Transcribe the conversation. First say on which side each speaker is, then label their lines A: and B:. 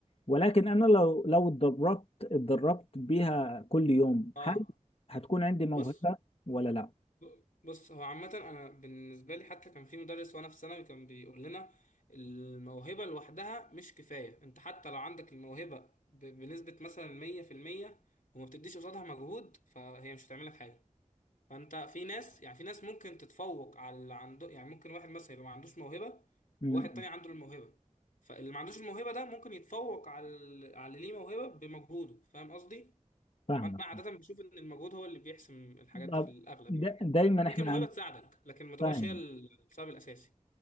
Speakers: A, on the left; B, on the left.
A: ولكن انا لو لو اتدربت اتدربت بيها كل يوم
B: اه
A: هل هتكون عندي موهبة
B: بص
A: ولا لا
B: ب- بص هو عامة انا بالنسبة لي حتى كان في مدرس وانا في ثانوي كان بيقول لنا الموهبة لوحدها مش كفاية انت حتى لو عندك الموهبة ب- بنسبة مثلا 100% وما بتديش قصادها مجهود فهي مش هتعملك حاجة فانت في ناس يعني في ناس ممكن تتفوق على اللي عنده يعني ممكن واحد مثلا يبقى ما عندوش موهبه
A: امم
B: وواحد تاني عنده الموهبه فاللي ما عندوش الموهبه ده ممكن يتفوق على ال- على اللي ليه موهبه بمجهوده فاهم قصدي
A: فاهمك
B: فانا عاده بشوف ان المجهود هو اللي بيحسم الحاجات
A: طب
B: دي في الاغلب
A: دا-
B: يعني
A: دايما احنا
B: ممكن الموهبه
A: عن-
B: تساعدك لكن ما تبقاش
A: فاهم
B: هي السبب الاساسي